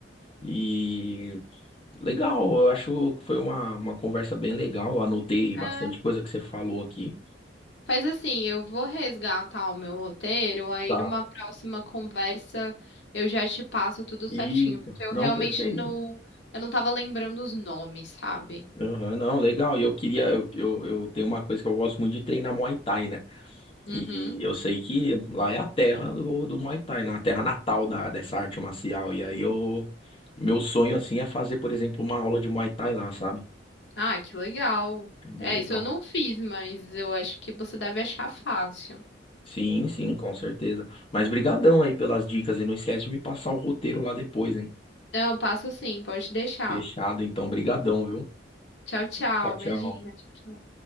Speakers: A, on the left; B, on the left.
A: E legal, eu acho que foi uma, uma conversa bem legal. Eu anotei bastante
B: É,
A: coisa que você falou aqui.
B: faz assim, eu vou resgatar o meu roteiro, aí
A: Tá.
B: numa próxima conversa eu já te passo tudo certinho,
A: Isso,
B: porque eu
A: não,
B: realmente
A: perfeito.
B: não, eu não tava lembrando os nomes, sabe?
A: Aham, não, legal. E eu queria, eu, eu, eu tenho uma coisa que eu gosto muito de treinar Muay Thai, né?
B: Uhum.
A: E eu sei que lá é a terra do, do Muay Thai, né? A terra natal da, dessa arte marcial. E aí eu. Meu sonho, assim, é fazer, por exemplo, uma aula de Muay Thai lá, sabe?
B: Ah, que legal.
A: É bem
B: É,
A: legal.
B: isso eu não fiz, mas eu acho que você deve achar fácil.
A: Sim, sim, com certeza. Mas brigadão aí pelas dicas e não esquece de me passar o roteiro lá depois, hein?
B: Não, passo sim, pode deixar.
A: Fechado, então, brigadão, viu?
B: Tchau, tchau,
A: Tchau,
B: imagina.
A: tchau.
B: Tchau, tchau.